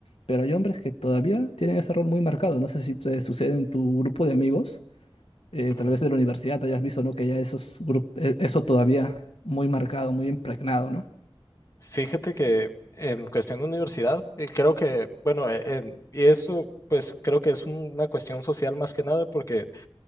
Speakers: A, on the left; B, on the left.
A: Pero hay hombres que todavía tienen ese rol muy marcado. No sé si te sucede en tu grupo de amigos eh,
B: Ujú.
A: tal vez de la universidad, te hayas visto, ¿no? Que ya esos grupos, eso todavía muy marcado, muy impregnado, no
B: Fíjate que en cuestión de universidad, eh, creo que, bueno, eh, en- y eso pues creo que es una cuestión social más que nada porque